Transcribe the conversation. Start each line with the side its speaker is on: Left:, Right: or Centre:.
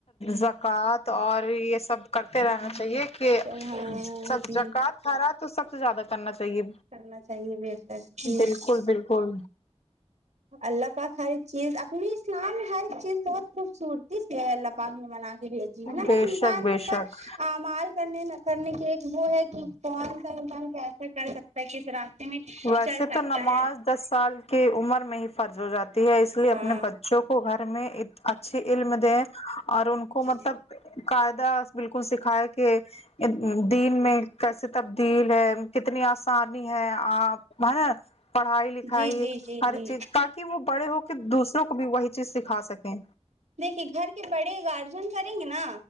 Left: زکوۃ اور یہ سب کرتے رہنا چاہیے کہ
Right: چل ہاں
Left: سب
Right: جی
Left: زکوۃ کرا تو سب سے زیادہ کرنا چاہیے
Right: کرنا چاہیے بے شک جی
Left: بالکل بالکل
Right: اللہ پاک ہر چیز اپنی اسلام میں ہر چیز بہت خوبصورتی سے ہے اللہ پاک نے بنا کے بھی جی ہے ابس
Left: بے
Right: انسان
Left: شک بے
Right: کے اوپر
Left: شک
Right: امال کنے نہ کرنے کی ایک وہ ہے کہ کون سے انسان کیسا کر سکتا ہے کس ازت
Left: ویسے
Right: چل
Left: تو
Right: سکتا
Left: نماز
Right: ہے
Left: دس سال کی عمر میں ہی فرض ہو جاتی ہے اس لیے
Right: ہاں
Left: اپنے بچوں کو کو گھر میں اچھے علم دے اور ان کو مطلب
Right: جی
Left: قاعدہ بالکل سکھائے کہ دین میں کیسے تبدیل ہے کتنی اسانی ہے با ہر پڑھائی لکھائی
Right: جی جی
Left: ہر
Right: جی
Left: چیز تاکہ وہ بڑے ہو کہ دوسروں کو بھی وہی چیز سکھا سکے
Right: دیکھیے گھر کے بڑے گارجین کریں گے نا